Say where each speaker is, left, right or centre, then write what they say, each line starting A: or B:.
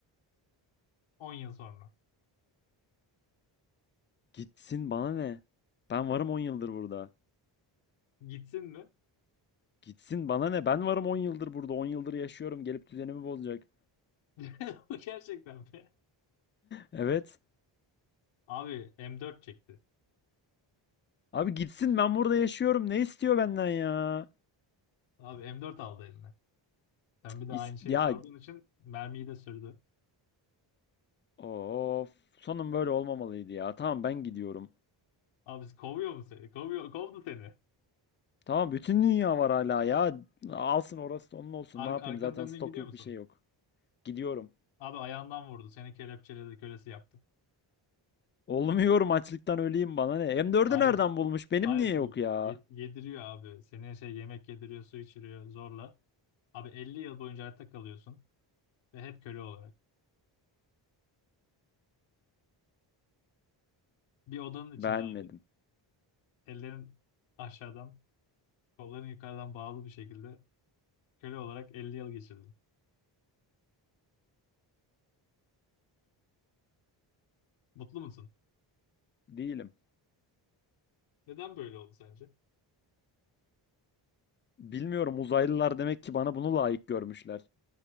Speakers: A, on the left; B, on the left.
A: 10 yıl sonra.
B: Gitsin bana ne? Ben varım 10 yıldır burada.
A: Gitsin mi?
B: Gitsin bana ne? Ben varım 10 yıldır burada. on yıldır yaşıyorum. Gelip düzenimi bozacak.
A: <laughs> Bu gerçekten mi?
B: Evet.
A: Abi M4 çekti.
B: Abi gitsin ben burada yaşıyorum. Ne istiyor benden ya?
A: Abi M4 aldı eline. Sen bir de
B: İs-
A: aynı şeyi
B: ya
A: sorduğun için mermiyi de sürdü.
B: Of, sonun böyle olmamalıydı ya. Tamam ben gidiyorum.
A: Abi kovuyor mu seni? Kovuyor, kovdu seni.
B: Tamam bütün dünya var hala ya. Alsın orası da onun olsun.
A: Ar
B: Ne yapayım
A: arkanı
B: zaten
A: döndün
B: stok
A: gidiyor
B: yok
A: musun?
B: bir şey yok. Gidiyorum.
A: Abi ayağından vurdu. Seni kelepçeledi, kölesi yaptı.
B: Olmuyorum <laughs> açlıktan öleyim bana ne. M4'ü
A: Hayır,
B: nereden bulmuş? Benim
A: hayır.
B: niye yok ya?
A: y- Yediriyor abi. Seni şey yemek yediriyor, su içiriyor zorla. Abi 50 yıl boyunca hayatta kalıyorsun ve hep köle olarak. Bir odanın içinde
B: Beğenmedim.
A: abi. Ellerin aşağıdan, kolların yukarıdan bağlı bir şekilde köle olarak 50 yıl geçirdin. Mutlu musun?
B: Değilim.
A: Neden böyle oldu sence?
B: Bilmiyorum uzaylılar demek ki bana bunu layık görmüşler.